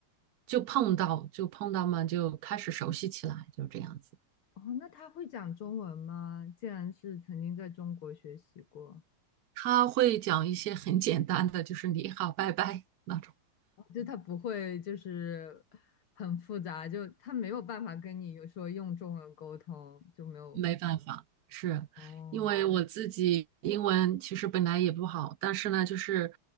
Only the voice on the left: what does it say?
哦，那他会讲中文吗？既然是曾经在中国学习过。
就他不会就是很复杂，就他没有办法跟你有说用中文沟通，就没有。
哦，